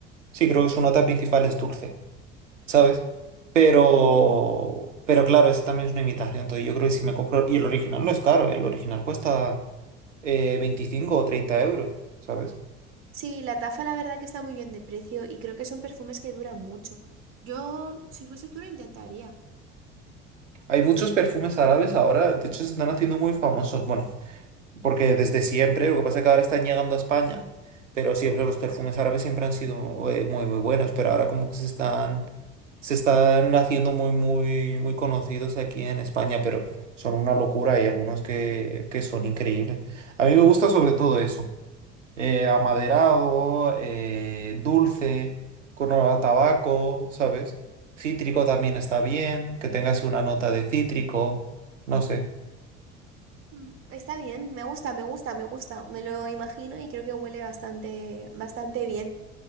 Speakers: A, on the right (about 85°); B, on the right (about 35°).
A: sí, creo que su nota principal es dulce, ¿sabes? Pero,
B: Ujú.
A: pero claro, ese también es una imitación. Entonces yo creo que si me compro, y el original no es caro, el original cuesta eh, 25 o 30 euros, ¿sabes?
B: Sí, la tafa la verdad que está muy bien de precio y creo que son perfumes que duran mucho. Yo, si fuese tú, lo intentaría.
A: Hay muchos perfumes árabes ahora, de hecho se están haciendo muy famosos, bueno, porque desde siempre, lo que pasa es que ahora están llegando a España, pero siempre los perfumes árabes siempre han sido eh, muy, muy buenos, pero ahora como que se están, se están haciendo muy, muy, muy conocidos aquí en España, pero son una locura, y algunos que, que son increíbles. A mí me gusta sobre todo eso. eh, amaderado, eh, dulce, con olor a tabaco, ¿sabes? Cítrico también está bien, que tenga así una nota de cítrico, no sé.
B: Mm, Está bien, me gusta, me gusta, me gusta. Me lo imagino y creo que huele bastante, bastante bien.